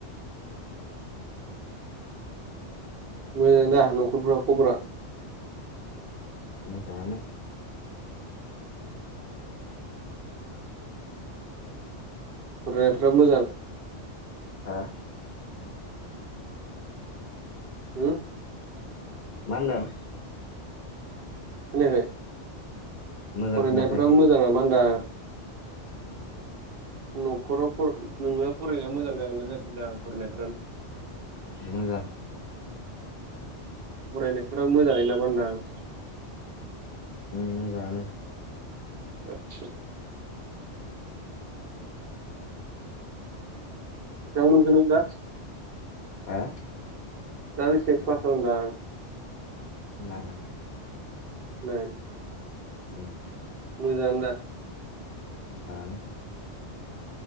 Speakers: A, on the right; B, on the left.
A: मोजां दाह न'खरफ्रा खबरा?
B: मोजांआनो।
A: फरायनायफ्रा मोजां।
B: हा
A: होम
B: मा होनदों?
A: खोनायाखै?
B: मोजां
A: फरायनायफ्रा
B: खोनाफैयाखै
A: मोजां नामा होनदां? न'खराव फर नोंना फरायनाया मोजां जागोन ना जायखै होनदां फरायनायफ्रा?
B: मोजां
A: फरायनायफोरा मोजाङै नामा होनदां?
B: उम मोजांआनो
A: आतसा बिसेबां मोनखो नों दा
B: हा
A: दाबेसे क्लासाव होनदां?
B: नाइन।
A: नाइन
B: उम
A: मोजां दा?
B: मोजांआनो।